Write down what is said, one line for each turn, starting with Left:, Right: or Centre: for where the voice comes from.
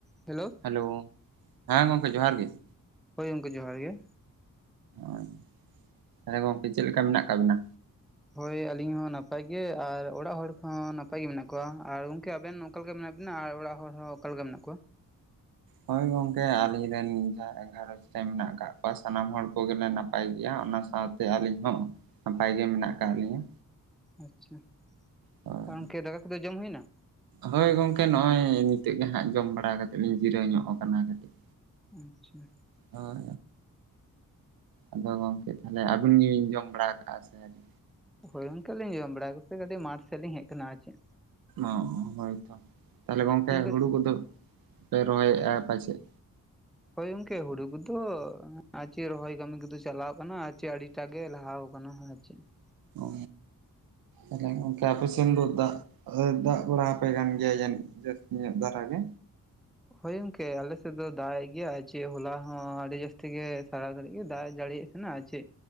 Centre: Hello
Right: hello, ᱦᱮᱸ ᱜᱚᱝᱠᱮ ᱡᱚᱦᱟᱨ ᱜᱮ ᱾
Centre: ᱦᱳᱭ ᱜᱚᱝᱠᱮ, ᱡᱚᱦᱟᱨ ᱜᱮ᱾
Right: ᱟᱸᱪ, ᱛᱟᱞᱦᱮ ᱜᱚᱝᱠᱮ ᱪᱮᱫ ᱞᱮᱠᱟ ᱢᱮᱱᱟᱜ ᱟᱠᱟᱜ ᱵᱤᱱᱟ?
Centre: ᱦᱳᱭ ᱟᱹᱞᱤᱧ ᱦᱚᱸ ᱱᱟᱯᱟᱭ ᱜᱮ ᱟᱨ ᱚᱲᱟᱜ ᱦᱚᱲ ᱠᱚᱦᱚᱸ ᱱᱟᱯᱟᱭ ᱜᱮ ᱢᱮᱱᱟᱜ ᱠᱚᱣᱟ ᱟᱨ ᱜᱚᱝᱠᱮ ᱟᱵᱮᱱ ᱱᱚᱝᱠᱟ ᱜᱮ ᱢᱮᱱᱟᱜ ᱵᱮ ᱱᱟ ᱟᱨ ᱚᱲᱟᱜ ᱦᱚᱲ ᱦᱚᱸ ᱚᱠᱟ ᱞᱮᱠᱟ ᱢᱮᱱᱟᱜ ᱠᱚᱣᱟ?
Right: ᱦᱳᱭ ᱜᱚᱝᱠᱮ ᱟᱞᱤᱧ ᱨᱮᱱ ᱡᱟᱦᱟᱸᱭ ᱜᱷᱟᱨᱚᱸᱧᱡᱽ ᱨᱮ ᱢᱮᱱᱟᱜ ᱟᱠᱟᱫ ᱠᱚᱣᱟ ᱥᱟᱱᱟᱢ ᱦᱚᱲ ᱠᱚᱜᱮᱞᱮ ᱱᱟᱯᱟᱭ ᱜᱮᱭᱟ ᱚᱱᱟ ᱥᱟᱶ ᱥᱮ ᱟᱹᱞᱤᱧ ᱦᱚᱸᱦ ᱱᱟᱯᱟᱭ ᱜᱮ ᱢᱮᱱᱟᱜ ᱟᱠᱟᱫ ᱞᱤᱧᱟᱹ᱾
Centre: ᱟᱪ -ᱪᱷᱟ,
Right: ᱦᱳᱭ
Centre: ᱯᱟᱝᱠᱮ ᱫᱟᱠᱟ ᱠᱚᱫᱚ ᱡᱚᱢ ᱦᱳᱭᱮᱱᱟ?
Right: ᱦᱳᱭ ᱜᱚᱝᱠᱮ ᱱᱚᱜᱼᱚᱭ ᱱᱤᱛᱚᱜ ᱜᱮ ᱦᱟᱸᱜ ᱡᱚᱢ ᱵᱟᱲᱟ ᱠᱟᱛᱮᱜ ᱞᱤᱧ ᱡᱤᱨᱟᱹᱣ ᱧᱚᱜ ᱟᱠᱟᱱᱟ ᱠᱟᱹᱴᱤᱡ
Centre: ᱟᱸᱪᱼᱪᱷᱟᱸ ᱾
Right: ᱟᱨ ᱟᱫᱚ ᱜᱚᱝᱠᱮ ᱛᱟᱦᱚᱞᱮ ᱟᱹᱵᱤᱱ ᱜᱮᱵᱤᱱ ᱡᱚᱢ ᱵᱟᱲᱟ ᱟᱠᱟᱜᱼᱟ ᱥᱮ ᱟᱣᱨᱤ?
Centre: ᱦᱳᱭ ᱜᱚᱝᱠᱮ ᱞᱤᱧ ᱡᱚᱢ ᱵᱟᱲᱟ ᱠᱟᱛᱮᱜ ᱠᱟᱹᱴᱤᱡ ᱢᱟᱴᱷ ᱥᱮᱜ ᱞᱤᱧ ᱦᱮᱡ ᱟᱠᱟᱱᱟ ᱟᱨ ᱪᱮᱜ
Right: ᱚᱸ ᱦᱳᱭ ᱛᱚ ᱛᱟᱦᱞᱮ ᱜᱚᱝᱠᱮ
Centre: ᱜᱚᱢᱠᱮ
Right: ᱦᱩᱲᱩ ᱠᱚᱫᱚᱯ ᱯᱮ ᱨᱚᱦᱚᱭᱮᱜᱼᱟ ᱯᱟᱪᱮᱫᱜ?
Centre: ᱦᱳᱭ ᱜᱚᱝᱠᱮ ᱦᱩᱲᱩ ᱠᱚᱫᱚ ᱟᱪᱮ ᱨᱚᱦᱚᱭ ᱠᱟᱹᱢᱤ ᱠᱚᱫᱚ ᱪᱟᱞᱟᱣ ᱠᱟᱱᱟ ᱟᱨ ᱟᱪᱮ ᱟᱹᱣᱨᱤ ᱾ ᱪᱟ ᱜᱮ ᱞᱟᱦᱟᱣ ᱟᱠᱟᱱᱟ ᱟᱨ ᱪᱮᱫ ᱾
Right: ᱚ ᱛᱟᱦᱞᱮ ᱜᱚᱝᱠᱮ ᱟᱯᱮᱥᱮᱱ ᱫᱚ ᱫᱟᱜ? ᱟᱫᱚᱜ ᱫᱟᱜ ᱵᱟᱲᱟ ᱟᱯᱮ ᱠᱟᱱ ᱜᱮᱭᱟᱭ ᱡᱟᱹᱱᱤᱡ ᱡᱟᱹᱥᱛᱤ ᱧᱚᱜ ᱫᱷᱟᱨᱟ ᱜᱮ?
Centre: ᱦᱳᱭ ᱜᱚᱝᱠᱮ ᱟᱞᱮ ᱥᱮᱫ ᱫᱚ ᱫᱟᱜ ᱮᱜ ᱜᱮᱭᱟ ᱟᱨ ᱪᱮᱜ ᱦᱚᱞᱟ ᱦᱚᱸ ᱟᱹᱰᱤ ᱡᱟᱹᱟᱥᱛᱤ ᱜᱮ ᱥᱟᱨᱟ ᱜᱷᱟᱹᱨᱤᱡ ᱜᱮ ᱫᱟᱜ ᱮ ᱡᱟᱹᱲᱤ ᱮᱜ ᱦᱮᱱᱟᱜ-ᱟ ᱪᱮᱜ